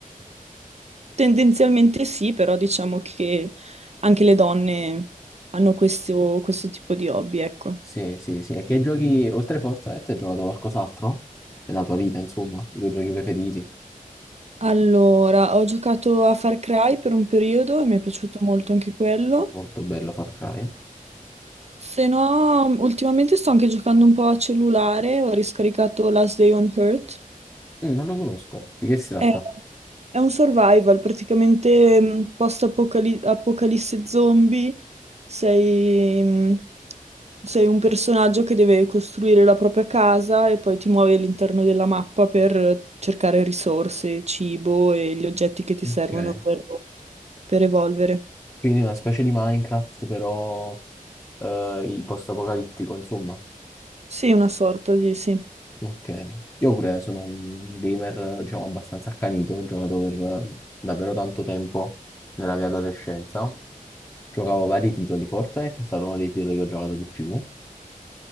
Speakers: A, on the right (about 50°); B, on the left (about 20°).
A: Tendenzialmente sì, però diciamo che anche le donne hanno questo, questo tipo di hobby, ecco.
B: Sì, sì, sì. E che giochi, oltre Fortnite, hai giocato qualcos'altro? Nella tua vita, insomma, i tuoi giochi preferiti?
A: Allora, ho giocato a Far Cry per un periodo e mi è piaciuto molto anche quello.
B: Molto bello Far Cry.
A: Se no, ultimamente sto anche giocando un po' a cellulare, ho riscaricato Last Day on Earth.
B: Mm, non lo conosco. Di che si tratta?
A: È, è un survival, praticamente mh, post-apocalisse zombie, sei... mh, sei un personaggio che deve costruire la propria casa e poi ti muovi all'interno della mappa per cercare risorse, cibo e gli oggetti che ti
B: Ok.
A: servono per, per evolvere.
B: Quindi una specie di Minecraft, però eh, i post-apocalittico, insomma.
A: Sì, una sorta di sì.
B: Ok. Io pure sono un gamer, diciamo, abbastanza accanito, ho giocato per eh, davvero tanto tempo nella mia adolescenza. Giocavo vari titoli, Fortnite è stato uno dei titoli che ho giocato di più,